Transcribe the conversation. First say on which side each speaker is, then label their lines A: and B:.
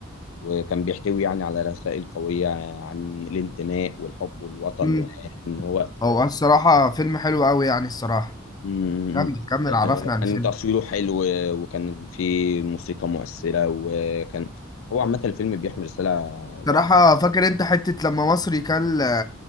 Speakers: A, on the left; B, on the left.
A: وكان بيحتوي يعني على رسائل قوية عن الانتماء والحب والوطن
B: مم.
A: وإن هو
B: هو الصراحة فيلم حلو أوي يعني الصراحة
A: مم.
B: كمل كمل عرفنا
A: آه،
B: عن
A: كان
B: الفيلم
A: تصويره حلو آه، وكان في موسيقى مؤثرة وكان هو عامة الفيلم بيحمل رسالة واضحة
B: صراحة فاكر أنت حتة لما مصري كل